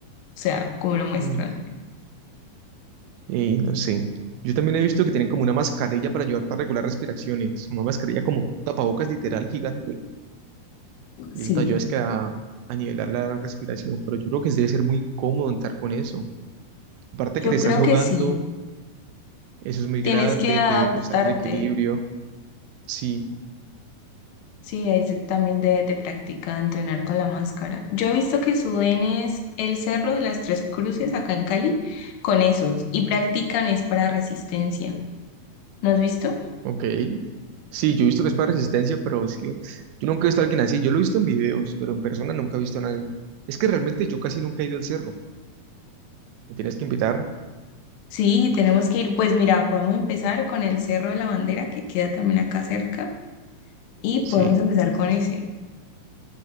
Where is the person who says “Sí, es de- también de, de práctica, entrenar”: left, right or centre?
Left